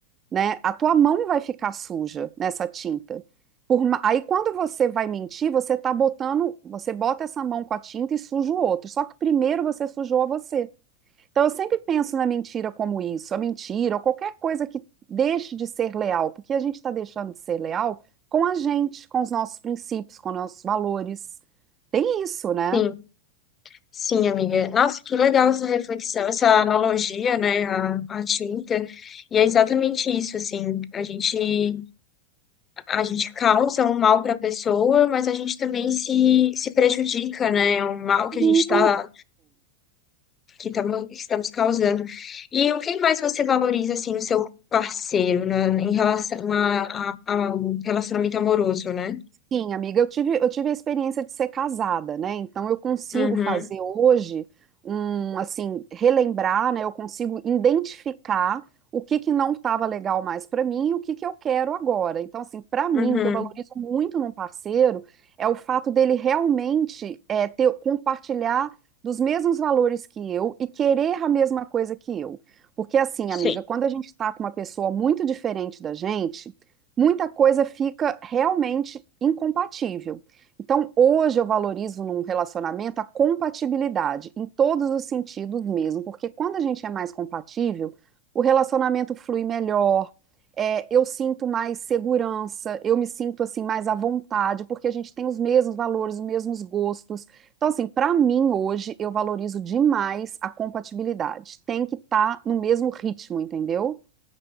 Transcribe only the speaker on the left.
Sim, sim, amiga. Nossa, que legal essa reflexão, essa analogia, né? A, a tinta. E é exatamente isso, assim. A gente, a gente causa um mal para a pessoa, mas a gente também se, se prejudica, né? É um mal que
a gente está que tamo- que estamos causando. E o que mais você valoriza, assim, no seu parceiro, né, em relação a, a- ao relacionamento amoroso, né?
Uhum,
uhum,
sim.